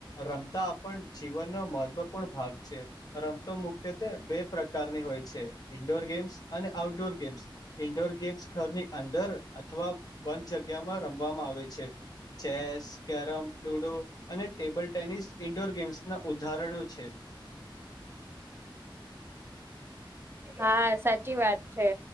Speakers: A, on the left; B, on the right.
A: રમતા આપણ જીવન નો મહત્વપૂર્ણ ભાગ છે. રમતો મુખ્યત્વે બે પ્રકારની હોય છે. ઇન્ડોર ગેમ્સ અને આઉટડોર ગેમ્સ, ઇન્ડોર ગેમ્સ ઘરની અંદર અથવા બંધ જગ્યામાં રમવામાં આવે છે. ચેસ, કેરમ, લુડો અને ટેબલ ટેનિસ ઈન્ડોર ગેમ્સના ઉદાહરણો છે.
B: હા સાચી વાત છે.